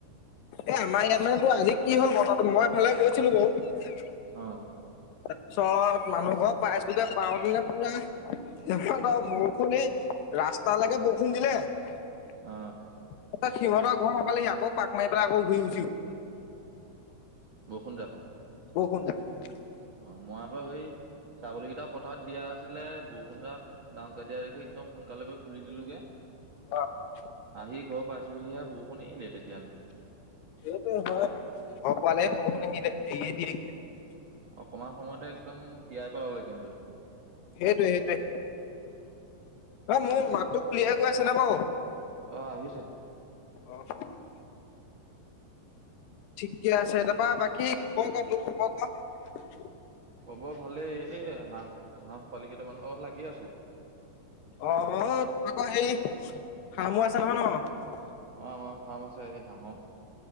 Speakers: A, on the left; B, on the right.
A: এ আমাৰ ইয়াত মানে তোৰ আজি কি হ'ল বতৰটো! মই এফালে গৈছিলোঁ বাৰু।
B: অ'।
A: পিছত মানুহ ঘৰ পাইছোঁগে <unintelligible> বৰষুণ এই ৰাস্তালৈকে বৰষুণ দিলে। এ
B: অ
A: সিহঁতৰ ঘৰ পালেহি, আকৌ পাক মাৰি পেলে আকৌ ঘূৰি গুচি গ'ল।
B: <inaudible>
A: <inaudible>
B: অ' মই আকৌ সেই ছাগলী কেইটা পথাৰত দিয়া আছিলে বৰষুণ যাক ডাঙক দিয়া দেখি একদম সোনকালে গে খুলি দিলোগে
A: <inaudible>
B: আহি ঘৰ পাইছোহিহে বৰষুণ আহিলে তেতিয়ালে।
A: <unintelligible>
B: অকমান সময়তে একদম তিয়াই পেলালে কিন্তু।
A: সেইটোৱে সেইটোৱে অ' মোৰ মাততো ক্লিয়াই গৈ আছে নে বাৰু?
B: অ আহিছে
A: অ' অ' ঠিকে আছে তাৰপা বাকী <unintelligible>
B: হব ভালেই এ হাঁহ ক হাঁহ পোৱালি কেইটামান লগত লাগি আছো
A: অ তহঁতৰ সেই ফাৰ্মো আছে নহয় ন
B: অ অ ফাৰ্ম আছে এই হাহৰ